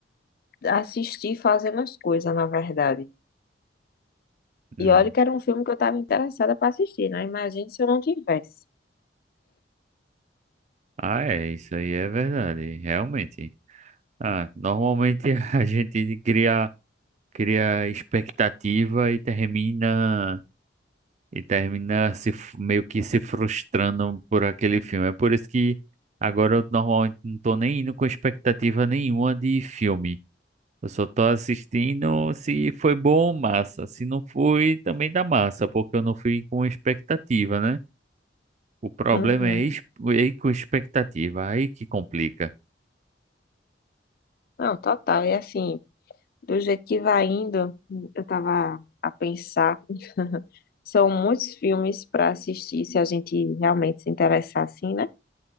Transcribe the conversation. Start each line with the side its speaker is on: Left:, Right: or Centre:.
Left: Assisti fazendo as coisas, na verdade.
Right: Hum.
Left: E olha que era um filme que eu estava interessada para assistir, né? Imagina se eu não tivesse.
Right: Ah, é, isso aí é verdade, realmente. Ah, normalmente <laughs> a gente cria, cria expectativa e termina. e termina se f- meio que se frustrando por aquele filme. É por isso que agora eu normalmente não tô nem indo com expectativa nenhuma de filme. Eu só tô assistindo se foi bom, massa. Se não foi, também dá massa, porque eu não fui com expectativa, né? O problema
Left: Uhum.
Right: é ir ir com expectativa, aí que complica.
Left: Não, total. E assim, do jeito que vai indo, eu tava a pensar, são muitos filmes para assistir, se a gente realmente se interessar assim, né?